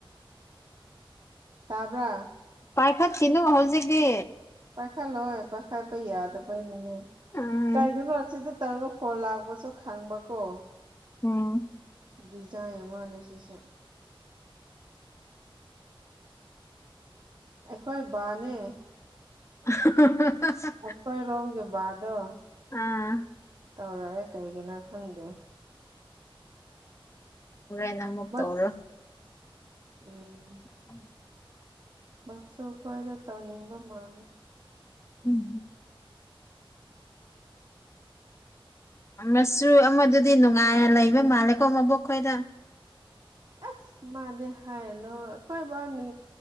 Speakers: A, on the right; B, on the left.
A: ꯇꯕ꯭ꯔꯥ
B: ꯄꯥꯏ ꯈꯠꯈꯤꯅꯨ ꯍꯧꯖꯤꯛꯗꯤ
A: ꯄꯥꯏꯈꯠꯂꯣꯏ ꯄꯥꯏꯈꯠꯄ ꯌꯥꯗꯕꯩꯅꯤꯅꯦ
B: ꯎꯝ
A: ꯀꯩꯒꯤꯅꯣ ꯑꯁꯤꯗ ꯇꯧꯔꯒ ꯐꯣꯟ ꯂꯥꯛ ꯄꯣꯠꯁꯨ ꯈꯪꯕ ꯀꯣ
B: ꯎꯝ
A: ꯗꯤꯖꯥꯏꯟ ꯑꯃꯥꯅꯦꯁꯤꯁꯦ ꯑꯩꯈꯣꯏ ꯕꯥ ꯅꯦ
B: <unintelligible>
A: ꯑꯩꯈꯣꯏꯔꯣꯝꯒꯤ ꯕꯥ ꯗꯣ
B: ꯑꯥ
A: ꯇꯧꯔꯑꯦ ꯀꯩꯒꯤꯅꯣ ꯈꯪꯗꯦ
B: ꯍꯣꯔꯦꯟ ꯅꯪ ꯃꯨꯛ
A: ꯃꯁ
B: ꯇꯧꯔꯣ
A: ꯎꯝ
B: <unintelligible>
A: ꯃꯥꯁꯨ ꯈꯣꯏꯗ ꯇꯧꯅꯤꯡꯕ ꯃꯥꯜꯂꯦ <inaudible>
B: ꯎꯝ ꯑꯃꯥꯁꯨ ꯑꯃꯥꯗꯨꯗꯤ ꯅꯨꯡꯉꯥꯏꯅ ꯂꯩꯕ ꯃꯥꯜꯂꯦꯀꯣ ꯃꯕꯣꯛ ꯈꯣꯏꯗ
A: ꯑꯁ ꯃꯥꯗꯤ ꯍꯥꯏꯅꯣ ꯑꯈꯣꯏ ꯕꯥꯅꯤ